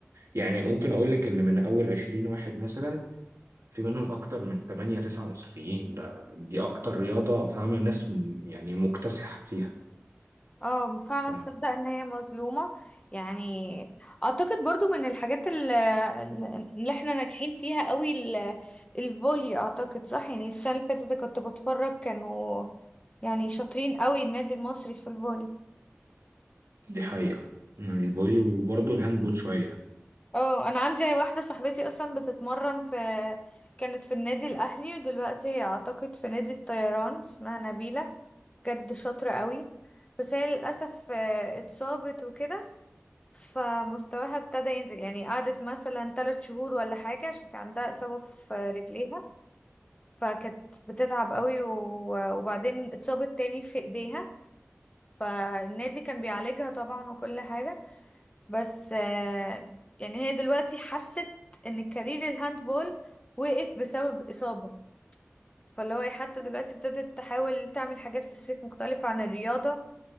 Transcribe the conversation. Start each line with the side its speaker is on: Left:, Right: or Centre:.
Right: يعني ممكن أقول لك إن من أول عشرين واحد مثلا في منهم أكتر من تمانية تسعة مصريين ده دي أكتر رياضة فاهمة الناس م- يعني مكتسحة فيها
Left: آه، فعلا
Right: فدي
Left: تصدق ان هي مظلومة يعني اعتقد برضو من الحاجات ال- اللي احنا ناجحين فيها قوي ال- الفولي اعتقد صح يعني السنة اللي فاتت كنت بتفرج كانوا يعني شاطرين قوي النادي المصري في الفولي
Right: حقيقة مم. الفولي وبرضه الهاندبول شوية
Left: اه انا عندي واحده صاحبتي اصلا بتتمرن في كانت في النادي الاهلي ودلوقتي هي اعتقد في نادي الطيران اسمها نبيله بجد شاطره قوي بس هي للاسف آه، اتصابت وكده فمستواها ابتدى ينزل يعني قعدت مثلا ثلاث شهور ولا حاجه عشان كان عندها اصابه في رجليها فكانت بتتعب قوي و- وبعدين اتصابت تاني في ايديها فالنادي كان بيعالجها طبعا وكل حاجه بس آه، يعني هي دلوقتي حست ان الكارير الهاندبول وقف بسبب إصابة فاللي هو إيه، حتى دلوقتي ابتدت تحاول تعمل حاجات في الصيف مختلفة عن الرياضة